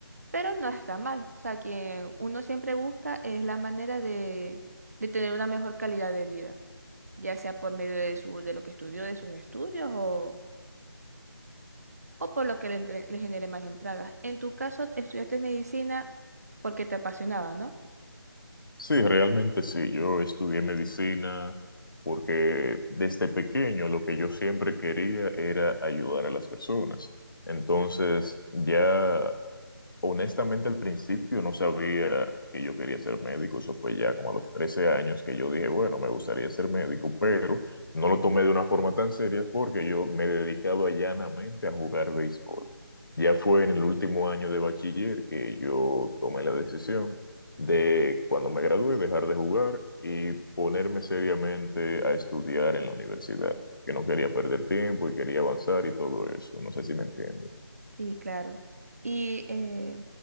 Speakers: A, on the right (about 40°); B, on the left (about 60°).
A: pero no está mal. O sea, quien uno siempre busca es la manera de, de tener una mejor calidad de vida, ya sea por medio de, su, de lo que estudió, de sus estudios o, o por lo que le, entre- le genere más entradas. En tu caso, estudiaste medicina porque te apasionaba, ¿no?
B: Sí, realmente sí. Yo estudié medicina porque desde pequeño lo que yo siempre quería era ayudar a las personas. Entonces, ya Honestamente, al principio no sabía que yo quería ser médico, eso fue ya como a los 13 años que yo dije, bueno, me gustaría ser médico, pero no lo tomé de una forma tan seria porque yo me dedicaba llanamente a jugar béisbol. Ya fue en el último año de bachiller que yo tomé la decisión de, cuando me gradué, dejar de jugar y ponerme seriamente a estudiar en la universidad, que no quería perder tiempo y quería avanzar y todo eso, no sé si me entiendes.
A: Sí, claro. Y eh,